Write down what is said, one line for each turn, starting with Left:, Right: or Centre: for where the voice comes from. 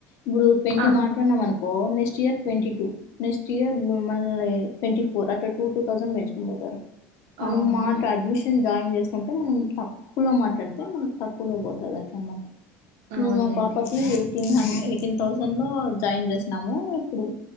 Left: ఇప్పుడు ట్వంటీ
Right: ఆ
Left: మాట్లాడన్నాము అను ఓ next year twenty two, next year మళ్ళీ ట్వంటీ ఫోర్ అ టూ టూ థౌండ్ పెంచుకుని పోతారు మనం
Right: అవునా
Left: మాట అడ్మిషన్ జాయిన్ చేసినప్పు తే మనం తక్కువలో మాట్లాడితే మనకు తక్కువలో పోతుంది అట్ అన్నమాట. మేము
Right: అవునులేండి
Left: పాపకి త్రి హండ్రెడ్ ఎయిటీన్ థౌసండ్ లో జాయిన్ చేసినాము. ఇప్పుడు